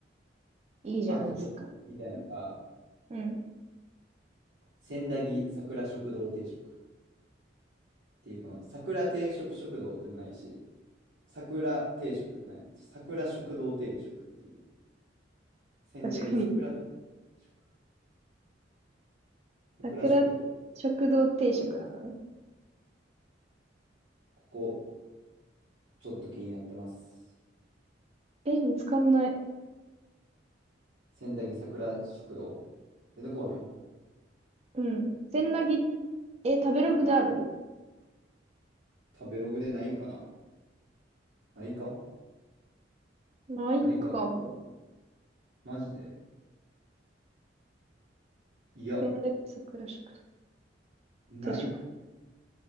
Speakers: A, on the right; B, on the right.
A: いいじゃないですか。
B: あとちょっとみたいのが、
A: うん。
B: 千駄木桜食堂定食っていう、この桜定食食堂でもないし、桜定食でもない、桜食堂定食っていう、千駄木桜
A: 確かに。
B: 食、桜食堂。
A: 桜食堂定食なのね。
B: ここ、ちょっと気になってます。
A: え、見つかんない。
B: 千駄木桜食堂出てこうへん
A: うん。千駄木、え、食べログである
B: 食べログでないんかなないか
A: ないかも。
B: ないかなマジでいや、
A: 千駄木桜食堂
B: ない
A: 定食。